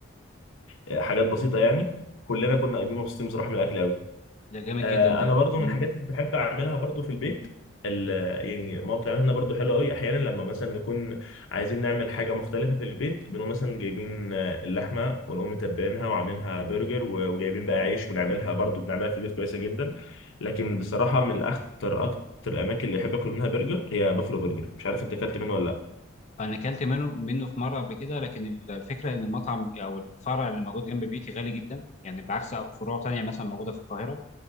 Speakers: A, on the left; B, on the left.
A: آه، حاجات بسيطة يعني كلنا كنا قايمين مبسوطين بصراحة من الأكل أوي
B: ده جامد
A: آه،
B: جدا ده
A: انا برضو
B: مم.
A: من الحاجات اللي بحب اعملها برضو في البيت ال- يعني ماما بتعملها لنا برضو حلو قوي احيانا لما مثلا نكون عايزين نعمل حاجه مختلفه في البيت بنقوم مثلا جايبين آه، اللحمه ونقوم متبلينها وعاملينها برجر و- وجايبين بقى عيش ونعملها برضو بنعملها في البيت كويسه جدا لكن بصراحه من اكتر اكتر الاماكن اللي بحب اكل منها برجر هي بافلو برجر مش عارف انت اكلت منه ولا
B: انا اكلت منه منه في مره قبل كده لكن ال- الفكره ان المطعم او الفرع اللي موجود جنب بيتي غالي جدا يعني بعكس فروع تانية مثلا موجوده في القاهره